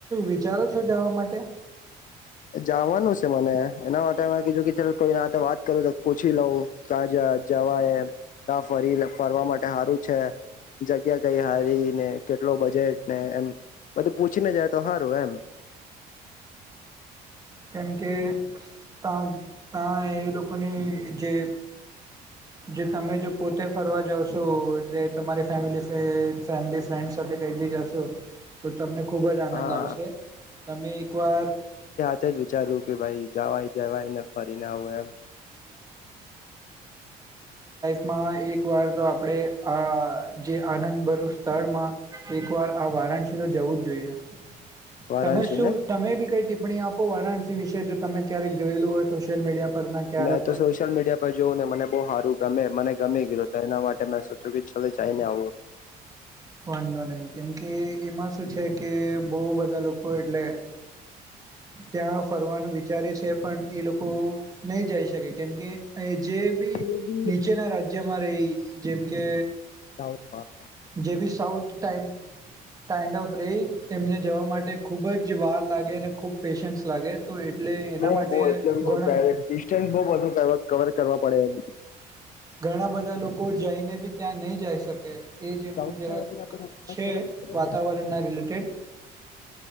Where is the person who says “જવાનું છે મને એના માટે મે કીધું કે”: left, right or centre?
Left